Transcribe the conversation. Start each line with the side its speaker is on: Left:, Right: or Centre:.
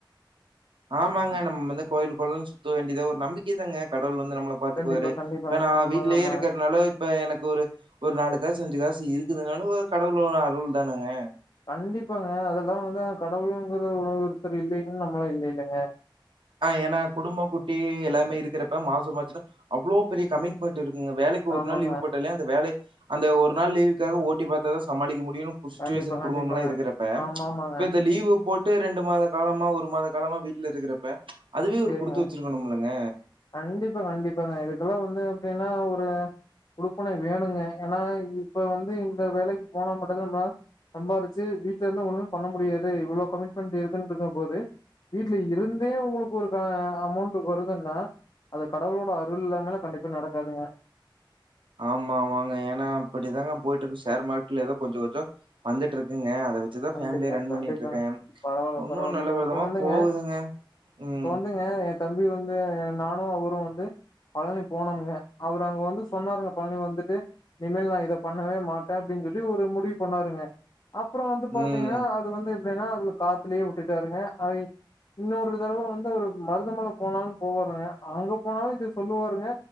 Right: ஆமாங்க நம்ம வந்து கோயிலு கொளன் சுத்த வேண்டியதா ஒரு நம்பிக்கை தாங்க கடவுள் வந்து நம்மளப் பாத்துக்குவாரு
Left: கண்டிப்பா, கண்டிப்பாங்க.
Right: இப்ப நா
Left: ஆமாங்க,
Right: வீட்லயே
Left: ஆமாங்க.
Right: இருக்கர்னால இப்ப எனக்கு ஒரு ஒரு நாலு காசு அஞ்சு காசு இருக்குதுனால ஒ கடவுளோட அருள் தானங்க
Left: கண்டிப்பாங்க அதெல்லா வந்தா கடவுளுங்குற ஒருத்தர் இல்லைன்னு நம்மளா இல்லலிங்க
Right: ஆ எனா குடும்பம் குட்டி எல்லாமே இருக்குறப்ப மாசம் மாச்சுன்னா அவ்ளோ பெரிய கமிட்மெண்ட் இருக்குங்க வேலைக் இப்போ போ
Left: ஆமாங்க.
Right: ஒரு நாள் லீவு போட்டாலே அந்த வேலை அந்த ஒரு நாள் லீவுக்காக ஓட்டி பாத்தாதா சமாளிக்க முடியு சிச்சுவேஷன்
Left: கண்டிப்பா,
Right: குடும்பம்
Left: கண்டிப்பாங்க.
Right: எல்லா இருக்குறப்ப
Left: ஆமாமாங்க.
Right: ப இந்த லீவு போட் டு ரெண்டு மாத காலமா ஒரு மாத காலமா வீட்ல இருக்குறப்ப அதுவே
Left: சரிங்க.
Right: ஒரு குடுத்து வச்சிருக்கணுல்லங்க
Left: கண்டிப்பா கண்டிப்பாங்க இதுக்கெல்லா வந்து எப்டின்னா ஒரு குடுப்பனை வேணுங்க ஏன்னா இப்ப வந்து இந்த வேலைக்கு போனா மட்டுந்தா நம்ம சம்பாரிச்சி வீட்ல இருந்தா ஒண்ணுமே பண்ண முடியாது இவ்ளோ கமிட்மெண்ட் இருக்குன்றுக்கு போது வீட்ல இருந்தே உங்குளுக் ஒரு க அமௌண்ட் வருதுன்னா அத கடவுளோட அருள் இல்லாமலா கண்டிப்பா நடக்காதுங்க
Right: ஆமா வாங்க எனா அப்டிதாங்க போய்ட்ருக்கு ஷேர் மார்ட்ல எதோ கொஞ்சோ கொஞ்சோ வந்துட்ருக்குங்க அத வெ ச்சுதா
Left: கண்டிப்பா
Right: ஃபேமிலிய ரன்
Left: கண்டிப்பாங்க
Right: பண்ணிட்ருக்கே
Left: பரவால்ல
Right: உன்னு
Left: பரவால்லைங்க
Right: நல்ல விதமா
Left: இப்ப வந்துங்க
Right: போகுதுங்க ம்
Left: இப்ப வந்துங்க எ தம்பி வந்து நானு அவரு வந்து பழனி போனம்ங்க அவரு அங்க வந்து சொன்னாருங்க பழனி வந்துட்டு இனிமேல் நா இத பண்ணவே மாட்டே அப்டின் சொல்லி ஒரு முடிவு பண்ணாருங்க அப்பறோ வந்து பாத்தீங்கனா
Right: ம்
Left: அது வந்து எப்டினா அதுல காத்துலையே உட்டுட்டாருங்க ஐ இன்னொரு தரவ வந்து அவரு மருதமல போனாலு போரங்க அங்க போனாலு இத சொல்லுவாருங்க